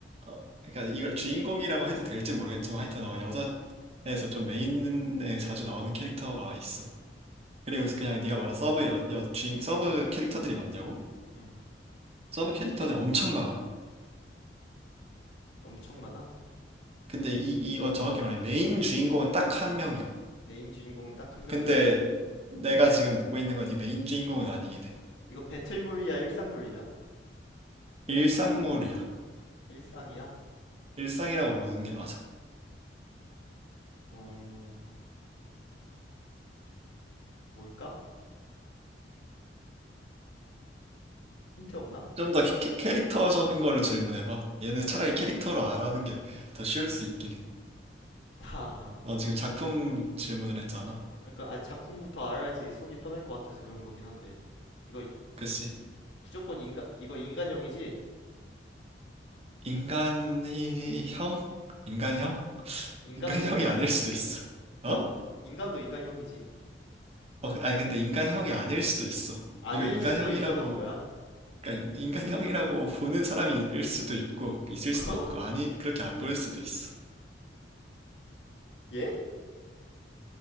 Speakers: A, on the right (about 35°); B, on the left (about 80°).
A: 어, 그러니까 이걸 주인공이라고 해도 될지 모르겠지만 하여튼 어, 여자에서 좀 메인에 자주 나오는 캐릭터가 있어. 그리고 그냥 네가 말한 서브 여, 여 주인, 서브 캐릭터들이 많냐고?
B: 음,
A: 서브 캐릭터들 엄청 많아.
B: 엄청 많아.
A: 근데 이, 이거 정확히 말하면 메인 주인공은 딱 한 명이야.
B: 메인 주인공은 딱 한 명이야.
A: 근데 내가 지금 묻고 있는 건 이 메인 주인공은 아니긴 해.
B: 이거 배틀물이야, 일상물이야?
A: 일상물이야.
B: 일상이야.
A: 일상이라고 보는 게 맞아.
B: 음, 뭘까? 힌트 없나?
A: 좀 더 캐릭터적인 걸로 질문해봐. 얘는 차라리 캐릭터로 알아하는 게 더 쉬울 수 있긴 해.
B: <laughs> 하하.
A: 넌 지금 작품 질문을 했잖아.
B: 니까 아, 작품부터 알아야지 속이 편할 것 같아서 그런 거긴 한데. 이거 이-
A: 그치?
B: 무조건 인간 이거 인간형이지?
A: 인간형? 인간형?
B: 인간도
A: 인간형이
B: 인간형이잖아.
A: 아닐 수도 있어. 어?
B: 어? 인간도 인간형이지.
A: 어, 그- 아니 근데 인간형이 아닐 수도 있어.
B: 아닐
A: 이거 인간형이라고,
B: 수도 있어는 뭐야? 어?
A: 그러니까 인, 인간형이라고 보는 사람이 일 수도 있고, 있을
B: <laughs>
A: 수도 있고, 아니 그렇게 안 보일 수도 있어.
B: 얘?